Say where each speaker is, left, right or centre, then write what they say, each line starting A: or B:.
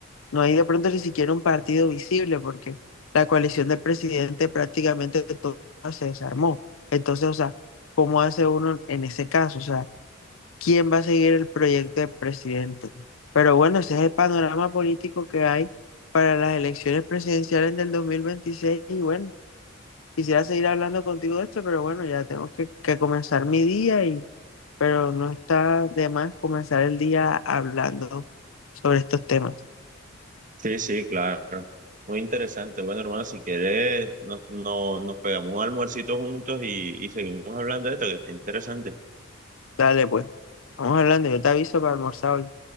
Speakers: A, on the left; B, on the right.
A: No hay de pronto ni siquiera un partido visible porque la coalición del presidente prácticamente toda se desarmó. Entonces, o sea, ¿cómo hace uno en ese caso? O sea, ¿quién va a seguir el proyecto del presidente? Pero bueno, ese es el panorama político que hay para las elecciones presidenciales del 2026 y bueno, quisiera seguir hablando contigo de esto, pero bueno, ya tengo que, que comenzar mi día y pero no está de más comenzar el día hablando sobre estos temas.
B: Sí, sí, claro. Muy interesante. Bueno, hermano, si quieres, nos, no- nos pegamos un almuercito juntos y, y seguimos hablando de esto, que está interesante.
A: Dale, pues. Vamos hablando, yo te aviso para almorzar hoy.